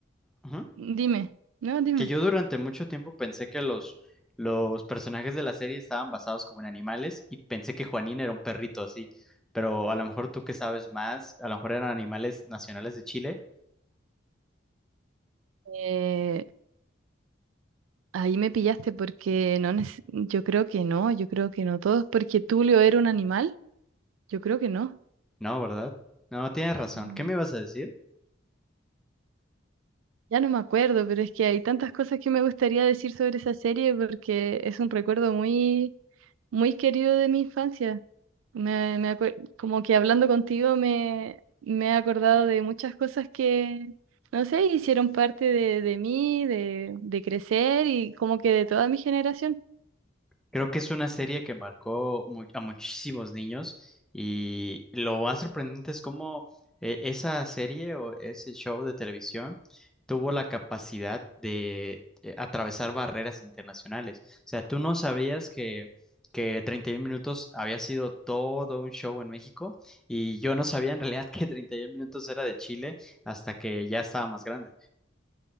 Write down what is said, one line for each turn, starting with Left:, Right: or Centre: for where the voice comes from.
Centre: Ujú.
Right: dime, no, dime.
Centre: que yo durante mucho tiempo pensé que los, los personajes de la serie estaban basados como en animales y pensé que Juanín era un perrito así. Pero a lo mejor tú que sabes más, a lo mejor eran animales nacionales de Chile.
Right: Eh, ahí me pillaste porque no, neces- yo creo que no, yo creo que no todos, porque Tulio era un animal, yo creo que no.
Centre: No, ¿verdad? No, tienes razón.
Right: Mm.
Centre: ¿Qué me ibas a decir?
Right: Ya no me acuerdo, pero es que hay tantas cosas que me gustaría decir sobre esa serie porque es un recuerdo muy, muy querido de mi infancia. Me, me acuer- como que hablando contigo me, me he acordado de muchas cosas que, no sé, hicieron parte de, de mí, de, de crecer y como que de toda mi generación.
Centre: Creo que es una serie que marcó mu- a muchísimos niños y lo más sorprendente es cómo eh, esa serie o ese show de televisión tuvo la capacidad de eh, atravesar barreras internacionales. O sea, tú no sabías que, que 31 minutos había sido todo un show en México y yo no sabía en realidad <laughs> que 31 minutos era de Chile hasta que ya estaba más grande.